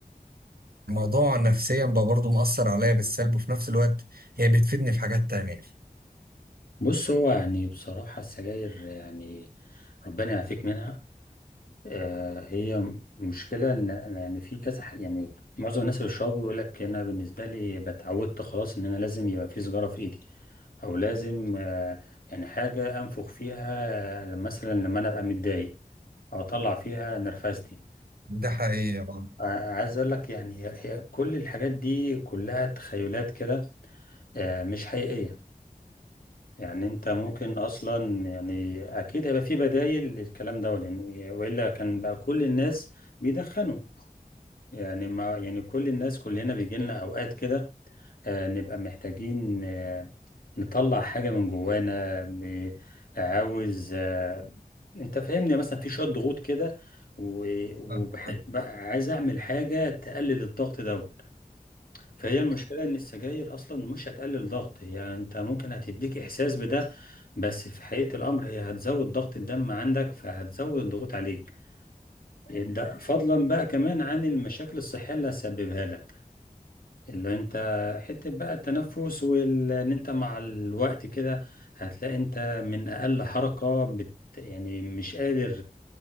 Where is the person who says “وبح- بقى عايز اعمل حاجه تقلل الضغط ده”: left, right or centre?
Left